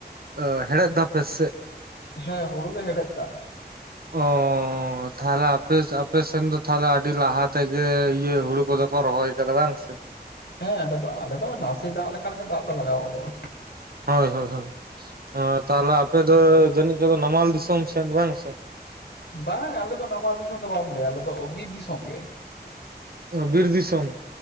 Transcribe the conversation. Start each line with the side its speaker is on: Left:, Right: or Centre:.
Right: ᱟᱹᱻ ᱦᱮᱲᱮᱫ ᱫᱚ ᱟᱯᱮ ᱥᱮᱜ?
Left: ᱦᱮᱸ ᱦᱩᱲᱩ ᱞᱮ ᱦᱮᱲᱮᱫ ᱮᱫᱟ ᱾
Right: ᱚ, ᱚ ᱛᱟᱦᱚᱞᱮ ᱟᱯᱮᱥ ᱟᱯᱮᱥᱮᱱ ᱫᱚ ᱛᱟᱦᱮᱞᱮ ᱟᱹᱰᱤ ᱞᱟᱦᱟ ᱛᱮᱜᱮ ᱤᱭᱟᱹ ᱦᱩᱲᱩ ᱠᱚᱫᱚ ᱠᱚ ᱨᱚᱦᱚᱭ ᱟᱠᱟᱫᱟ ᱵᱟᱝ ᱥᱮ?
Left: ᱦᱮᱸ ᱟᱰᱚ ᱫᱚ ᱟᱞᱮ ᱫᱚ ᱱᱟᱥᱮ ᱫᱟᱜ ᱞᱮᱠᱷᱟᱱ ᱜᱮ ᱫᱟᱜ ᱫᱚ ᱞᱟᱜᱟᱣ ᱜᱚᱫᱚᱜᱼᱟ ᱾
Right: ᱦᱳᱭ ᱦᱳᱭ ᱦᱳᱭ᱾ ᱦᱚᱸ ᱛᱟᱦᱚᱞᱮ ᱟᱯᱮ ᱫᱚ ᱡᱟᱹᱱᱤᱡ ᱠᱚᱫᱚ ᱱᱟᱢᱟᱞ ᱫᱤᱥᱚᱢ ᱥᱮᱱ ᱵᱟᱝ ᱥᱮ?
Left: ᱵᱟᱝ ᱟᱞᱮ ᱫᱚ ᱱᱟᱢᱟᱞ ᱫᱤᱥᱚᱢ ᱫᱚ ᱵᱟᱢ ᱞᱟᱹᱭᱟ, ᱟᱞᱮ ᱫᱚᱼᱚᱜ ᱵᱤᱨ ᱫᱤᱥᱚᱢ ᱜᱮ ᱾
Right: ᱚᱦ ᱵᱤᱨ ᱫᱤᱥᱚᱢ?